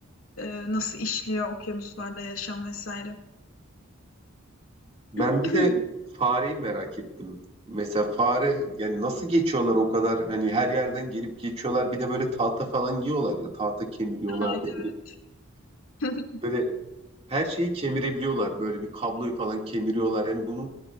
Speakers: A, on the left; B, on the right.
A: E, nasıl işliyor okyanuslarda yaşam vesaire.
B: Ben
A: <clears throat>
B: bir de fareyi merak ettim. Mesela fare yani nasıl geçiyorlar o kadar hani her yerden gelip geçiyorlar bir de böyle tahta falan yiyorlar ya tahta kemiriyorlar
A: Ay,
B: ne
A: evet.
B: bileyim.
A: <laughs>
B: Böyle her şeyi kemirebiliyorlar böyle bir kabloyu falan kemiriyorlar yani bunu